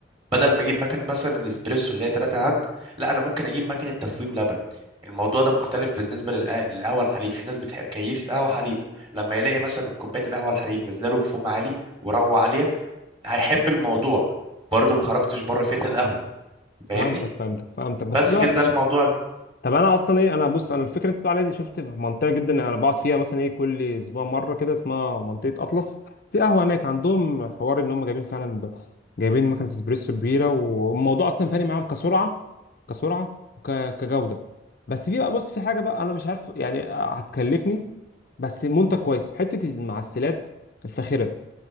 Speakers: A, on the right (about 25°); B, on the left (about 55°).
A: بدل ما اجيب مكنه مثلا الاسبريسو اللي هي 3 عند لا انا ممكن اجيب مكنه تفويم لبن الموضوع ده مختلف بالنسبه للق- للقهوه الحليب في ناس بتحب كيفة قهوه حليب لما يلاقي مثلا كوبايه القهوه الحليب نازله له بفوم عالي ورغوه عاليه هيحب الموضوع برضه ما خرجتش بره فئة القهوة فاهمني
B: فهمتك فهمتك فهمتك بس
A: بس
B: انا
A: كده ده الموضوع
B: طب انا اصلا ايه انا بص انا الفكره اللي انت بتقول عليها دي شفت في منطقه جدا انا بقعد فيها مثلا ايه كل اسبوع مره كده اسمها منطقه اطلس في قهوه هناك عندهم حوار ان هم جايبين فعلا ب... جايبين مكنه اسبريسو كبيره والموضوع اصلا فارق معاهم كسرعه كسرعه وك... كجوده بس في بقى بص في حاجه بقى انا مش عارف يعني آه، هتكلفني بس منتج كويس حته المعسلات الفاخره